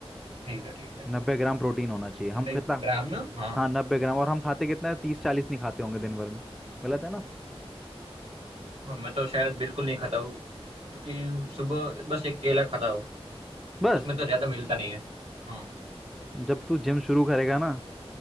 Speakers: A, on the right; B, in the centre.
A: ठीक है ठीक है
B: नब्बे ग्राम प्रोटीन होना चाहिए हम
A: नब्बे
B: कितना
A: ग्राम ना हाँ
B: हाँ नब्बे ग्राम और हम खाते कितना है तीस चालीस नहीं खाते होंगे दिन भर में गलत है ना
A: हाँ, मैं तो शायद बिल्कुल नहीं खाता हूँ क्योंकि सुबह बस एक केला खाता हूँ
B: बस
A: उसमें तो ज्यादा मिलता नहीं है हम्म
B: जब तू जिम शुरू करेगा ना